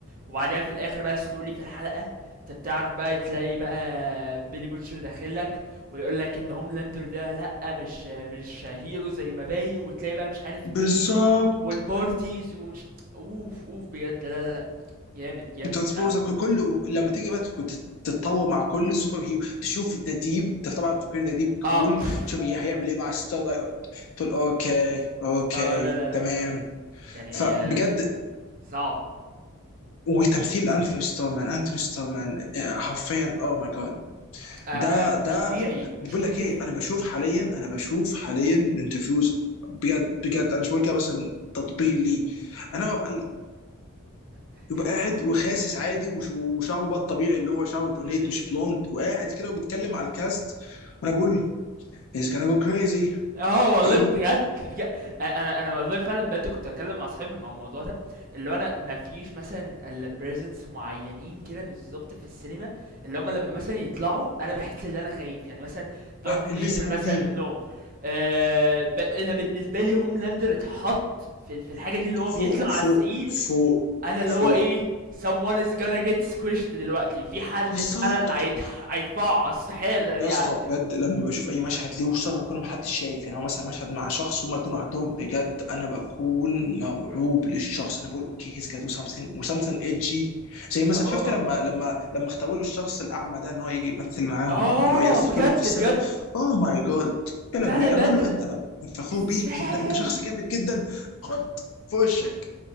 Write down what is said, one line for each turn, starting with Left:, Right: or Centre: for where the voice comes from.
Right: وبعدين في الاخر بقى سلولي في الحلقه انت بتعرف بقى تلاقي بقى بيلي بوتشر داخل لك ويقول لك ان هوملاندر ده لا مش مش هيرو زي ما باين وتلاقي بقى مش عارف
Left: بالظبط
Right: ايه والبارتيز ومش اوف اوف بجد لا لا لا جامد جامد
Left: وترانسبوزر
Right: فعلا
Left: كله لما تيجي بقى كنت تتطور مع كل السوبر هيرو تشوف ذا ديب انت طبعا فاكرين ذا ديب
Right: اه
Left: كول
Right: بف.
Left: تشوف هي- هيعمل ايه مع ستارلايت تقول اوكي اوكي
Right: اه لا لا لا
Left: تمام
Right: يعني
Left: فبجد
Right: آه صعب
Left: وتمثيل انثوني ستورمان انثوني ستورمان آه، حرفيا او ماي جاد
Right: آه
Left: ده
Right: مش
Left: ده
Right: طبيعي مش
Left: بقول
Right: طبيعي
Left: لك ايه انا بشوف حاليا انا بشوف حاليا الانترفيوز بجد بجد انا مش بقول كده بس إن تطبيل ليه انا ببقى مقلق
Right: <laughs>
Left: يبقى قاعد وخاسس عادي وش- وشعره بقى الطبيعي اللي هو شعره البرونيت
Right: امم.
Left: مش بلوند وقاعد كده وبيتكلم على الكاست وانا بقول از جونا جو كريزي
Right: اه والله
Left: هيقوم
Right: بجد بجد انا انا أنا والله فعلا بجد كنت اتكلم مع صاحبي مع الموضوع ده اللي هو انا ما فيش مثلا الا بريزنس معينين كده بالظبط في السينما اللي هم لما مثلا يطلعوا انا بحس ان انا خايف يعني مثلا دارث
Left: آه،
Right: فيدر
Left: لسه موجودين
Right: مثلا منهم آه ب... انا بالنسبه لي هوملاندر اتحط في في الحاجه دي اللي هو بيطلع
Left: فوق
Right: على
Left: فوق
Right: السين
Left: فوق
Right: أنا اللي
Left: فوق
Right: هو إيه someone is gonna get squished دلوقتي في حد
Left: بالظبط
Right: فعلًا هيتح هيتفعص حالًا
Left: يا
Right: يعني
Left: اسطى بجد لما بشوف اي مشهد ليه وخصوصا لما يكون محدش شايف يعني هو مثلا مشهد مع شخص هما الاتنين لوحدهم بجد انا بكون مرعوب للشخص انا بقول اوكي هيز جادو سمثينج وسمثينج ايجي زي مثلا
Right: آه،
Left: شفت لما لما لما اختاروا له الشخص الاعمى ده ان هو يجي يمثل معاهم
Right: آه
Left: ان هو قصدي
Right: بجد،
Left: يكون معاهم في السيفن
Right: بجد
Left: اوه ماي جاد يا لهوي
Right: فعلًا بجد
Left: أنا بقول له انت انا فخور
Right: إزاي؟
Left: بيك انت انت شخص جامد جدا خد في وشك